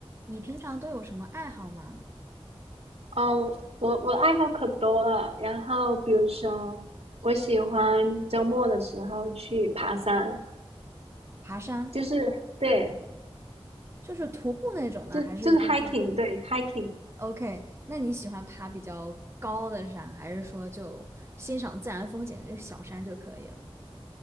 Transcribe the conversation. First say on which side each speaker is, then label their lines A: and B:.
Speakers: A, on the right (about 25°); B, on the right (about 75°).
A: 你平常都有什么爱好吗？
B: 哦，我我的爱好可多了，然后比如说，我喜欢周末的时候去爬山，
A: 爬山，
B: 就是对，
A: 就是徒步那种呢，
B: 就就是
A: 还是就是
B: hiking，对 hiking。
A: OK？那你喜欢爬比较高的山，还是说就欣赏自然风景，就小山就可以了？